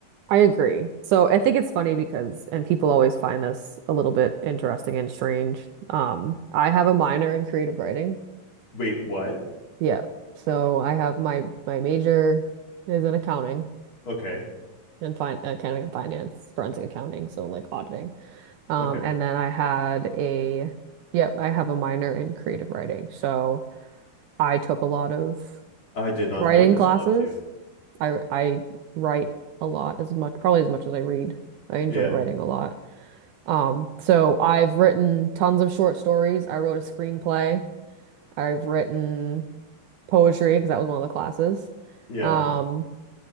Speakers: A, on the right; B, on the left.
A: I agree. So I think it's funny because, and people always find this a little bit interesting and strange. Um, I have a minor in creative writing.
B: Wait, what?
A: Yeah. So I have my my major is in accounting
B: Okay.
A: and fin accounting and finance, forensic accounting, so like auditing. Um,
B: Okay.
A: and then I had a yep, I have a minor in creative writing. So I took a lot of
B: I did not
A: writing
B: know this
A: classes.
B: about you.
A: I I write a lot as much, probably as much as I read. I enjoy
B: Yeah.
A: writing a lot. Um, so I've written tons of short stories. I wrote a screenplay. I've written poetry because that was one of the classes.
B: Yeah.
A: Um,